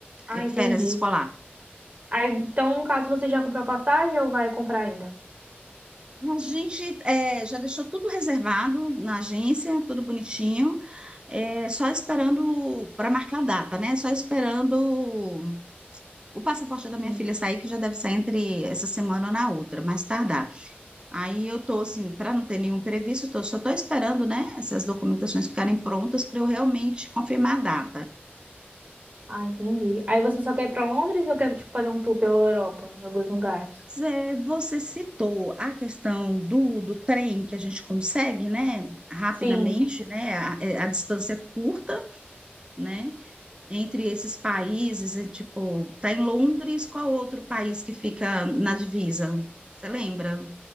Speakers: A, on the right; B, on the right.
A: Ah,
B: é,
A: entendi.
B: férias escolar.
A: Aí, então, no caso, você já comprou a passagem ou vai comprar ainda?
B: A gente é, já deixou tudo reservado na agência, tudo bonitinho, é, só esperando para marcar a data, né? Só esperando o o passaporte da minha
A: Sim.
B: filha sair, que já deve sair entre essa semana ou na outra, mais tardar. Aí eu tô assim, para não ter nenhum previsto, tô, só tô esperando, né, essas documentações ficarem prontas para eu realmente confirmar a data.
A: Ah, entendi. Aí você só quer ir pra Londres ou quer, tipo, fazer um tour pela Europa, em alguns lugares?
B: Zé, você citou a questão do, do trem que a gente consegue, né, rapidamente,
A: Sim.
B: né, a, é, a distância curta, né, entre esses países, é, tipo, tá em Londres, qual outro país que fica na divisa? Você lembra?